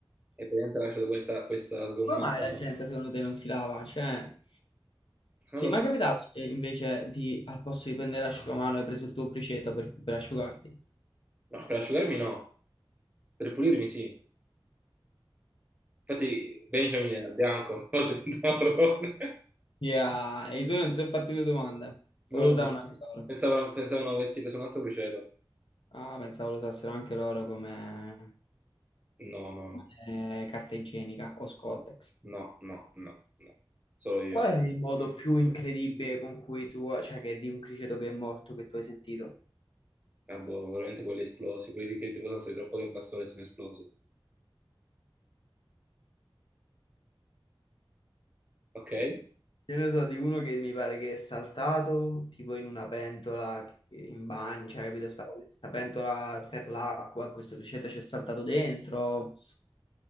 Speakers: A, on the right (about 15°); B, on the left (about 65°).
A: E praticamente ha lasciato questa, questa sgommata.
B: Come mai la
A: ma-
B: gente secondo te non si lava? Cioè,
A: No,
B: ti
A: no,
B: è mai
A: no.
B: capitato che invece di, al posto di prendere l'asciugamano, hai preso il tuo criceto per, per asciugarti?
A: No, per asciugarmi no, per pulirmi sì. Infatti Benjamin era bianco, <laughs> ho detto marrone.
B: Yeah, e i tuoi non si sono fatti due domande?
A: No,
B: O lo usavano anche loro?
A: pensavano, pensavano avessi preso un altro criceto.
B: Ah, pensavo lo usassero anche loro come,
A: No, no,
B: come eh, carta igienica o Scotex.
A: no, no, no, no, no, no. Solo io.
B: Qual è il modo più incredibile con cui tu, cioè che di un criceto che è morto che tu hai sentito?
A: Ah, boh, veramente quelli esplosi, quelli che tipo sono stati troppo tempo a sole e sono esplosi. Ok? Eh,
B: Io ne so di uno che mi pare che è saltato tipo in una pentola che- in bagno, cioè, capito? Stava questa pentola per l'acqua, questo criceto ci è saltato dentro.